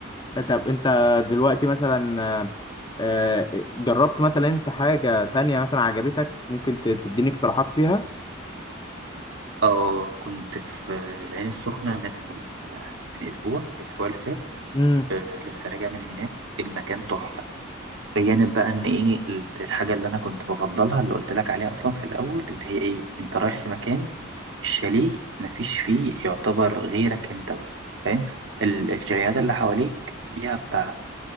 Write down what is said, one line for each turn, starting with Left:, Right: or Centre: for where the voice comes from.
Left: طب انت دلوقتي مثلا آه، آه، جربت مثلا انت حاجة تانية مثلا عجبتك ممكن ت- تديني اقتراحات فيها
Right: اه كنت في العين السخنة من آه، من أسبوع الأسبوع اللي فات
Left: امم
Right: آه، لسه راجع من هناك المكان تحفة بجانب بقى إن إيه الحاجة اللي أنا كنت بفضلها اللي قلت لك عليها أصلا في الأول اللي هي إيه أنت رايح في مكان الشاليه مفيش فيه يعتبر غيرك أنت بس فاهم ال- الشاليهات اللي حواليك فيها بتاع